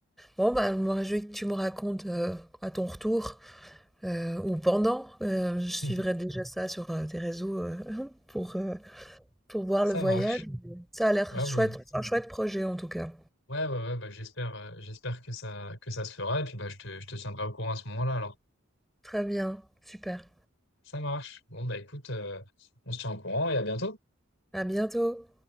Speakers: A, in the centre; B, on the left.
A: Bon, bah, je me réjouis que tu me racontes euh, à ton retour euh, ou pendant. Euh, je suivrai
B: <laughs>
A: déjà ça sur euh, tes réseaux euh, <laughs> pour, euh, pour voir
B: Ça
A: le voyage.
B: marche.
A: Ça a l'air
B: Ouais
A: chouette,
B: bon.
A: un chouette projet en tout cas.
B: Ouais ouais ouais bah j'espère euh, j'espère que ça que ça se fera et puis bah je te je te tiendrai au courant à ce moment-là alors.
A: Très bien, super.
B: Ça marche. Bon bah écoute, euh, on se tient au courant et à bientôt.
A: À bientôt.